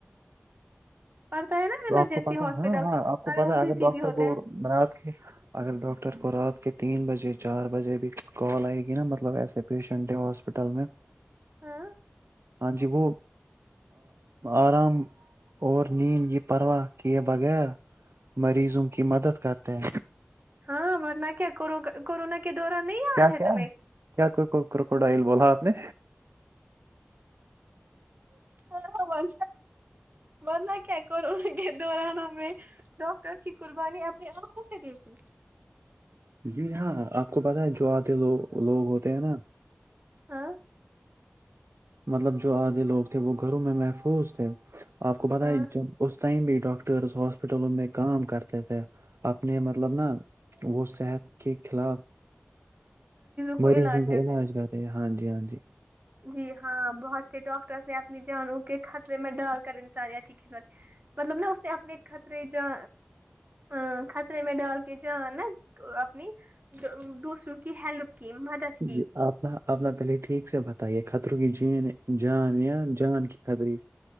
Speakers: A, on the right; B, on the right.
A: پڑتا ہے نا
B: تو
A: ایمرجنسی
B: آپ کو پتا
A: ہاسپٹل
B: ہاں ہاں آپ کو
A: اگر
B: پتا
A: وہ بزی بھی ہوتے ہیں
B: <unintelligible> اگر ڈاکٹر کو رات کے تین بجے چار بجے بھی کال آئی گی نہ مطلب ایسے پیشنٹس ہوس میں <unintelligible>
A: ہاں
B: ہاں جی وہ آرام اور نیند یہ پرواہ کیے بغیر مریضوں کی مدد کرتے ہیں
A: ہاں مرنا کیا کرو گا کورونا کے دوران نہیں یاد
B: کیا
A: ہے
B: کیا
A: تمہیں
B: کیا کروکوڈائل بولا آپ نے
A: ہاں ہاں مارنا کیا کرونا کے دوران ہمیں تو ت کی قربانی اپنی آنکھوں سے دی گئی
B: جی ہاں آپ کو پتا ہے جو آتے لو لوگ ہوتے ہیں نا
A: ہاں
B: مطلب جو آدھے لوگ تھے وہ گھروں میں محفوظ تھے آپ کو پتا
A: ہاں
B: ہے جب اس ٹائم بھی ڈاک ٹرس ہاسپٹلوں میں کام کرتے تھے اپنے مطلب نا وہ صحت کے خلاف
A: کو
B: مریضوں کا
A: کرتے
B: علاج
A: تھے
B: کر ہاں جی ہاں جی
A: جی ہاں بہت سے ڈاکٹرس نے اپنی جانوں کے خطرے میں ڈال کر ان ساری کی خدمت مطلب نا اسے اپنے خطرے جا ا خطرے میں ڈال کے جان نا اپنی دو دوسروں کی ہیلپ کی مدد کی
B: جی آپ ہا آپ نا پہلے ٹھیک سے بتائیے خطروں کی جین جان یا جان کی خطری